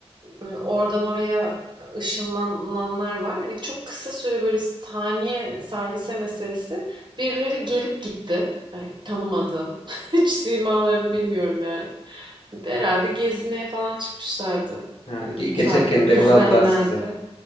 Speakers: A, on the right; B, on the left.
A: böyle oradan oraya ışınlananlar var. Hani, çok kısa süre, böyle, saniye, salise meselesi. Birileri gelip gitti. Hani, tanımadığım. <laughs> Hiç simalarını bilmiyorum yani. Herhalde gezmeye falan çıkmışlardı,
B: Ha,
A: eee,
B: ge- geçerken
A: farklı
B: de
A: düzlemlerde.
B: uğradılar sizi.